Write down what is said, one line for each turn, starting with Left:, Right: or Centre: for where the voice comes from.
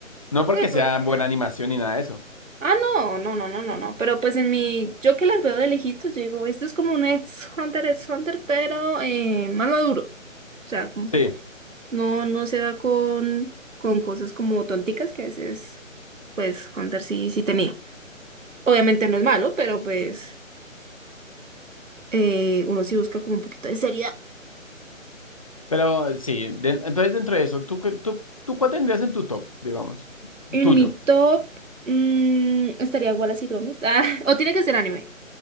Left: no porque
Right: Sí,
Left: sea
Right: porque
Left: buena animación ni nada de eso.
Right: Ah, no, no, no, no, no, no. Pero pues en mi, yo que las veo de lejitos, yo digo, esto es como un ex Hunter x Hunter, pero eh, más maduro. O sea, como que
Left: Sí,
Right: no, no se va con, con cosas como tonticas que a veces, pues, Hunter sí, sí tenía. Obviamente no es malo, pero pues eh, uno sí busca como un poquito de seriedad.
Left: pero eh, sí, de- entonces dentro de eso, ¿tú, qué- tú, tú cuál tendrías en tu top, digamos?
Right: En
Left: Tuyo.
Right: mi top mm, estaría Wallace y Gromit. Ah, <laughs> o tiene que ser anime.